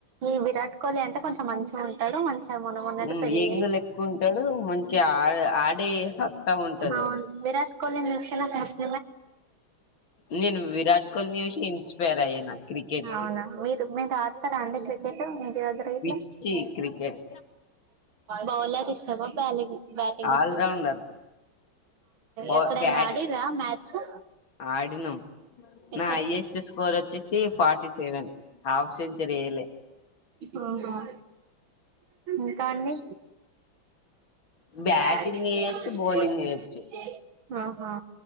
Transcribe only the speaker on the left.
ఉమ్,
యంగ్ లెక్క ఉంటాడు మంచిగా ఆ ఆడే సత్తా ఉంటది
నేను విరాట్ కోహ్లీని చూసి ఇన్స్పైర్ అయ్యాను క్రికెట్
కి
పిచ్చి క్రికెట్
ఆల్రౌండర్
బా
బ్యాట్
ఆడినాం
నా హైయెస్ట్ స్కోర్ వచ్చేసి ఫార్టీ సెవెన్ హాఫ్ సెంచరీ వేయలే
బ్యాటింగ్
వేయొచ్చు
బౌలింగ్
వేయొచ్చు